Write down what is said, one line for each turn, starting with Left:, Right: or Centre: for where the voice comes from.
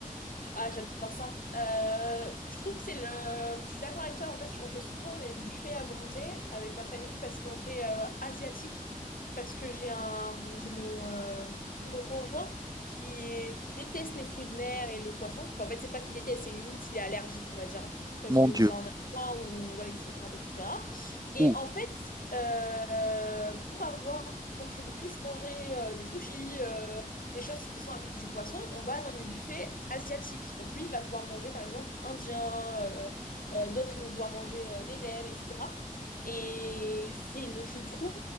Left: Ah, j'adore ça. Euh, je trouve que c'est le... Je suis d'accord avec toi. En fait, on fait souvent des buffets à volonté avec ma famille parce qu'on fait euh, asiatique. Parce que j'ai un... j'ai mon, euh, mon conjoint qui est... qui déteste les fruits de mer et le poisson. Enfin, en fait, c'est pas qu'il déteste, c'est limite, il est allergique, on va dire. hein, Parce
Right: Mon
Left: que
Right: Dieu.
Left: ça en est un point où voilà, il se gratte, etc. Et
Right: Ouh.
Left: en fait, euh, pour avoir... pour que je puisse manger euh, des sushis, euh, des choses qui sont avec du poisson, on va dans des buffets asiatiques. Donc lui, il va pouvoir manger par exemple indien, euh, euh, d'autres ils vont pouvoir manger euh, des nems, etc. Et c'est, le, je trouve,